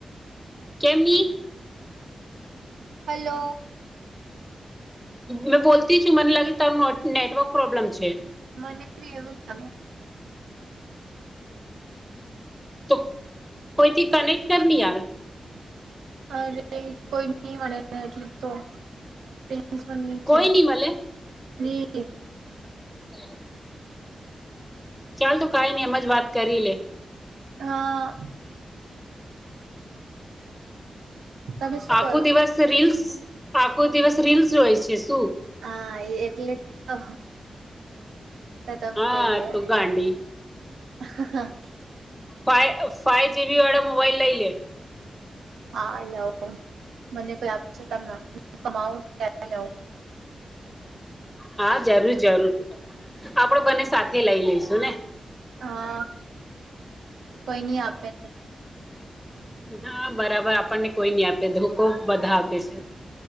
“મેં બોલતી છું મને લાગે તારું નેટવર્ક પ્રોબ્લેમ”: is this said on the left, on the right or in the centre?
Centre